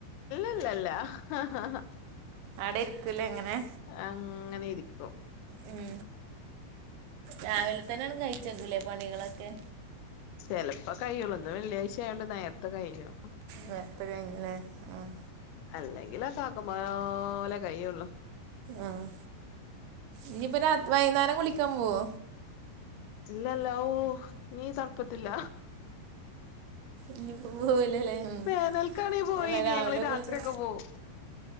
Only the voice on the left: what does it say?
അല്ലല്ലാ. ഹ ഹ
അങ്ങനെ ഇരിക്കും.
ചെലപ്പോ കയ്യോളു ഇന്ന് വെള്ളിയാഴ്ച ആയോണ്ട് നേരത്തെ കഴിഞ്ഞു.
അല്ലെങ്കിലൊക്കെ ആക്കമ്പോലെ കയ്യുള്ളു.
ഇല്ലല്ല ഓ ഇനീ തണുപ്പത്തില്ല.
വേനൽക്കാണി പോയിനി
ഞങ്ങള് രാത്രിയൊക്കെ
പോവും.